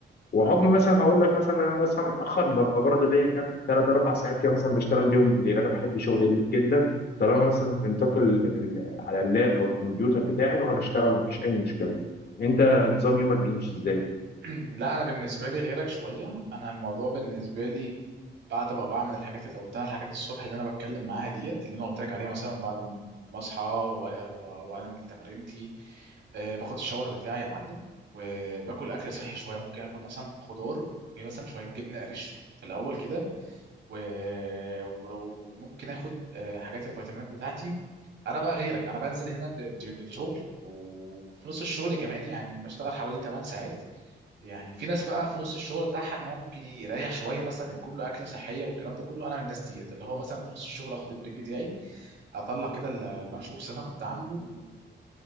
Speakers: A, on the left; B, on the right.
A: وحكم مثلا هقول لك مثلا انا بصحى متاخر ببقى برضه ليا كام ثلاث اربع ساعات كده مثلا بشتغل بيهم بالليل انا بحب شغل الليل جدا طالما مثلا في نطاق ال- ال- على اللاب او الكمبيوتر بتاعي واقعد اشتغل مفيش اي مشكله انت نظام يومك بيمشي ازاي؟
B: <clears throat> لا انا بالنسبه لي غيرك شويه انا الموضوع بالنسبه لي بعد ما بعمل الحاجات اللي قلتها الحاجات الصبح اللي انا بتكلم معاها دي اللي انا قلت لك عليها مثلا بعد ما اصحى و- و- واعمل تمرينتي آه، باخد الشاور بتاعي يا معلم وباكل اكل صحي شويه ممكن اكل مثلا خضار ومثلا شويه جبنه قريش في الاول كده و- و- وممكن اخد آه، حاجات الفيتامينات بتاعتي انا بقى غيرك انا بنزل هنا الد- الد- الشغل وفي نص الشغل كمان يعني بشتغل حوالي 8 ساعات يعني في ناس بقى في نص الشغل بتاعها ان هو ممكن يريح شويه مثلا ياكل له اكله صحيه والكلام ده كله انا من الناس ديت اللي هو مثلا في نص الشغل اخد البريك بتاعي اطلع كده ال- اللانش بوكس اللي انا كنت عامله